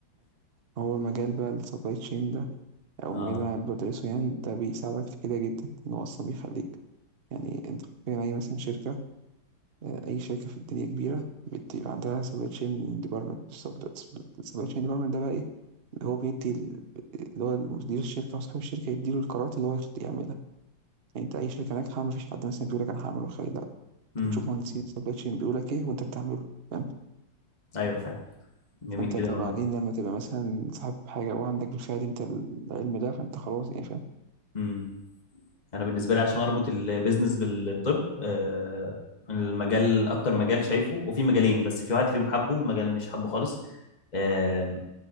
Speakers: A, on the right (about 55°); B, on the left (about 25°).
A: هو المجال بقى السبلاي تشين ده او
B: اه
A: المجال اللي أنا بدرسه يعني ده بيساعدك في كده جدا ان هو اصلا بيخليك يعني انت فاهم اي مثلا شركه آه، اي شركه في الدنيا كبيره بتبقى عندها سبلاي تشين ديبارتمنت السبلاي تشين ديبارتمنت ده بقى ايه اللي هو بيدي ال- اللي هو مدير الشركه او صاحب الشركه يديله القرارات اللي هو يخت- يعملها يعني انت اي شركه ناجحه ما فيش حد مثلا بيقول لك انا هعمل وخلي لا انت
B: امم
A: بتشوف مهندسين السبلاي تشين بيقول لك ايه وانت بتعمله فاهم
B: ايوه فاهم جميل
A: فانت
B: جدا
A: طب
B: والله
A: بعدين لما تبقى مثلا صاحب حاجه وعندك بالفعل انت العلم ده فانت خلاص يعني فاهم
B: امم انا بالنسبه لي عشان اربط البيزنس بالطب آه، المجال اكتر مجال شايفه وفي مجالين بس في واحد فيهم حبه ومجال مش حبه خالص آه،